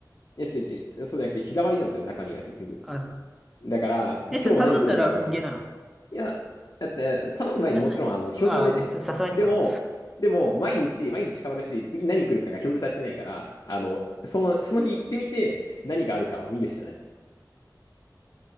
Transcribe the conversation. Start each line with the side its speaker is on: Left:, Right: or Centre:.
Left: や、違う違う、そうじゃなくて日替わりなんだよ、中身が結局。
Centre: あ、す
Left: だから、
Centre: え、それ頼んだら運ゲーなの
Left: 今日何来るか分かんない。いや、だって、頼む前にもちろん、
Centre: な、な、
Left: あの、表示は出てるんだよ。
Centre: ああ、ささすがにか。
Left: でも、でも、毎日、毎日変わるし、次何来るかが表示されてないから、あの、その、その日行ってみて、何があるかを見るしかない。